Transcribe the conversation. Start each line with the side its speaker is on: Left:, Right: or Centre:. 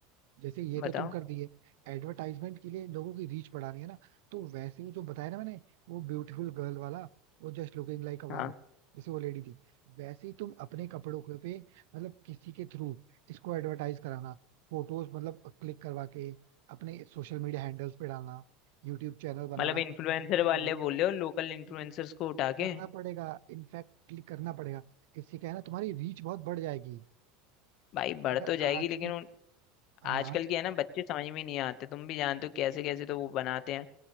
Right: जैसे ये तो
Left: बताओ
Right: तुम कर दिए एडवर्टाइजमेंट के लिए लोगों की रीच बढ़ानी है ना तो वैसे ही जो बताया ना मैंने वो ब्यूटीफुल गर्ल वाला वो just looking like a wow
Left: हाँ
Right: जैसे वो लेडी थी वैसे ही तुम अपने कपड़ों के पे मतलब किसी के थ्रू इसको एडवर्टाइज कराना फोटोज मतलब क्लिक करवा के अपने सोशल मीडिया हैंडल्स पे डालना यूट्यूब चैनल बनाना
Left: मतलब इन्फ्लुएंसर
Right: ये
Left: वाले
Right: वीडियो
Left: बोल रहे हो लोकल
Right: देखो
Left: इन्फ्लुएंसर्स को उठा
Right: करना
Left: के
Right: पड़ेगा इनफैक्ट क्लिक करना पड़ेगा इससे क्या है ना तुम्हारी रीच बहुत बढ़ जाएगी
Left: भाई बढ़
Right: अगर
Left: तो जाएगी
Right: आज
Left: लेकिन
Right: के
Left: उन-
Right: हाँ
Left: आजकल की है ना बच्चे समझ में नहीं आते तुम भी जानते हो कैसे कैसे तो वो बनाते हैं